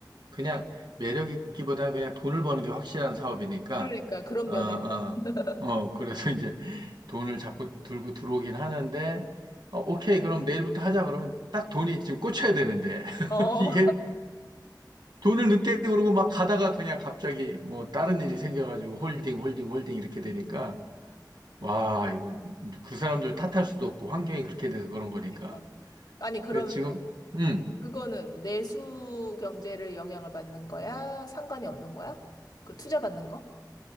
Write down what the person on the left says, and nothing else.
그러니까 그런
면에서.
<laughs>
어,
음,
그러니까. 아니, 그러면은.
그거는 내수 경제를 영향을 받는 거야? 상관이 없는 거야? 그 투자 받는 거?